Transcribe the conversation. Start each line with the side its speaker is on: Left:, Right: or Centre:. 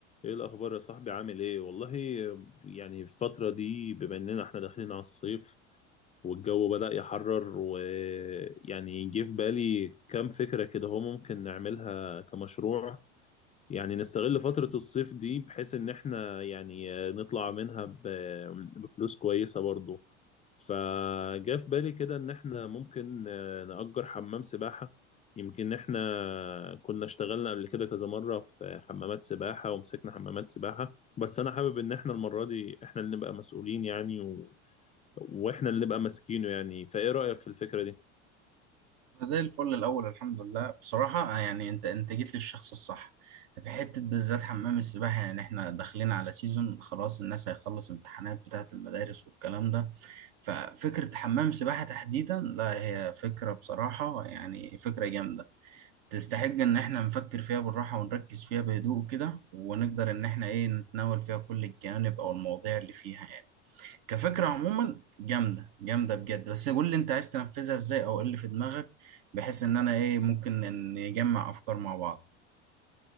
Left: ايه الاخبار يا صاحبي عامل ايه والله يعني الفتره دي بما اننا احنا داخلين على الصيف والجو بدأ يحرر ويعني جه في بالي كام فكره كده هو ممكن نعملها كمشروع يعني نستغل فترة الصيف دي بحيث إن إحنا يعني آه، نطلع منها ب- بفلوس كويسة برضو فجاء في بالي كده إن إحنا ممكن آه، نأجر حمام سباحة يمكن إحنا كنا اشتغلنا قبل كده كذا مرة في حمامات سباحة ومسكنا حمامات سباحة بس أنا حابب إن إحنا المرة دي إحنا اللي نبقى مسؤولين يعني و... وإحنا اللي نبقى ماسكينه يعني فإيه رأيك في الفكرة دي؟
Right: أنا زي الفل الأول الحمد لله بصراحة آه، يعني أنت أنت جيت للشخص الصح في حتة بالذات حمام السباحة يعني إحنا داخلين على سيزون خلاص الناس هيخلص امتحانات بتاعة المدارس والكلام ده ففكرة حمام سباحة تحديدا لا هي فكرة بصراحة يعني فكرة جامدة تستحق إن إحنا نفكر فيها بالراحة ونركز فيها بهدوء كده ونقدر إن إحنا إيه نتناول فيها كل الجوانب أو المواضيع اللي فيها يعني. كفكرة عموما جامدة جامدة بجد بس قول لي انت عايز تنفذها ازاي او ايه اللي في دماغك بحيث ان انا ايه ممكن ان نجمع افكار مع بعض